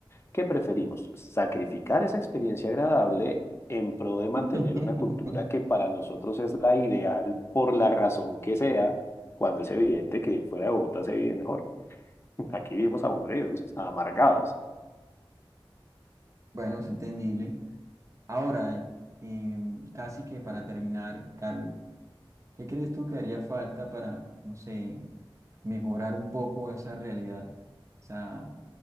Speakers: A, on the left; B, on the right.
A: ¿Qué preferimos? ¿Sacrificar esa experiencia agradable en pro de mantener
B: Ujú.
A: una cultura que para nosotros es la ideal por la razón que sea, cuando es evidente que fuera de Bogotá se vive mejor? <laughs> Aquí vivimos aburridos, amargados.
B: Bueno, es entendible. Ahora, em, casi que para terminar, Carlos, ¿qué crees tú que haría falta para, no sé, mejorar un poco esa realidad? O sea,